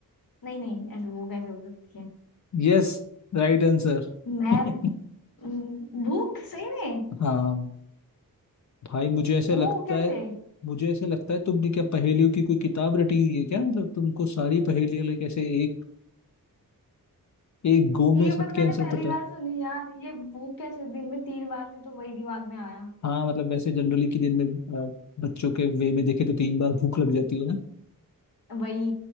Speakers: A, on the left (about 75°); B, on the left (about 50°).
A: नहीं नहीं ऐसे भूख ऐसे हो सकती है
B: Yes right answer
A: मैं
B: <laughs>
A: हम्म, भूख सही में
B: हाँ भाई मुझे ऐसे
A: वो
B: लगता
A: कैसे
B: है मुझे ऐसे लगता है तुमने क्या पहेलियों की कोई किताब रटी हुई है क्या मतलब तुमको सारी पहेलियां लाइक ऐसे एक एक गो
A: ये
B: में सबके
A: पर मैंने
B: आंसर
A: पहली
B: पता
A: बार
B: है
A: सुनी यार ये भूख कैसे दिन में तीन बार थी तो वही दिमाग में आया
B: हाँ मतलब वैसे जनरली कि दिन में अ, बच्चों के वे में देखे तो तीन बार भूख लग जाती है ना
A: वही